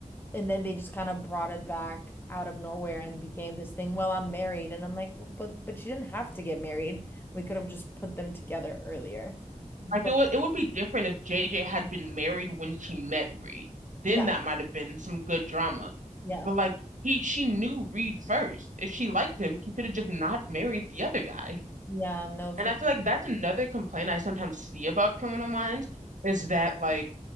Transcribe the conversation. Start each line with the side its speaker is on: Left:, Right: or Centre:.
Left: and then they just kind of brought it back out of nowhere and became this thing. Well, I'm married, and I'm like, well, but but she didn't have to get married. We could have just put them together earlier. But
Right: Like it would it would be different if JJ had been married when she met Reed. Then
Left: yeah,
Right: that might have been some good drama.
Left: yeah,
Right: But like he she knew Reed first. If she liked him, she could have just not married the other guy.
Left: yeah. No, for
Right: And I
Left: sure.
Right: feel like that's another complaint I sometimes see about Criminal Minds is that like